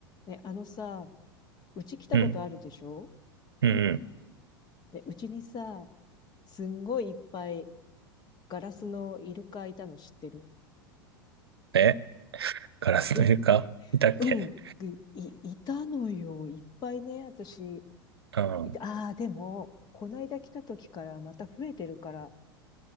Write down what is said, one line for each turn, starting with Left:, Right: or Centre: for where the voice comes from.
Left: ね、あのさ、うち来たことあるでしょ
Right: うん、うん、う
Left: で、うちにさ、すんごいいっぱいガラスのイルカいたの知ってる
Right: ん。え、ガラスのイルカいたっけ
Left: え、うん、い、いたのよ。いっぱいね、私。
Right: うん。
Left: いてああ、でも、こないだ来た時からまた増えてるから、